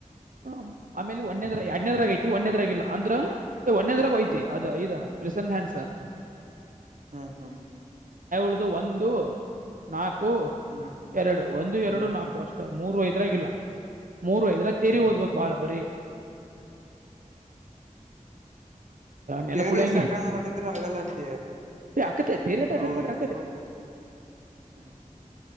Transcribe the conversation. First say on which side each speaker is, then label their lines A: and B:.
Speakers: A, on the right (about 80°); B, on the right (about 60°).
A: ಹ ಆಮೇಲೆ ಒಂದೇದ್ರ ಎಡ್ನದರಾಗ ಐತಿ ಒಂದೇದ್ರಲ್ಲ ಅಂದ್ರ ಒಂದೇದ್ರಾಗ ಯಐತಿ ಅದ ಇದ ಸನ್ಹನ್ಸ <inaudible>
B: ಹ್ಮ ಹಾ
A: ಳ್ದು ಒಂದು ನಾಕು ಕು
B: ಹ್ಮ್
A: ಎರಡು ಒಂದು ಎರಡು
B: ಹ್ಮ್
A: ನಾಲ್ಕು ಅಷ್ಟೇ ಮೂರು ಐದರಾಗಿಲ್ಲ ಮೂರ್ ಐದ್ರ ತೇರಿ
B: ಹ್ಮ್
A: ಓದ್ಬೇಕಕ್ ಬಾಳ ಬರೀ ನೆನಪುಳಂಗಿ
B: ಕರಿ ಎಷ್ಟು ಅಟೆಂಡ್ ಮಾಡಿದ್ರರು ಆಗಲ್ಲ ಅಂತ
A: ಅಕ್ಕತೆ ತೇರಿ ಅಟೆಂಡ್
B: ಹೌಲ್ಲ
A: ಮಾಡ್ರಿ ಅಕ್ಕತೆ
B: ಈಗ ಹೋಗ್ಬಿಟ್ಟು ಹ್ಮ್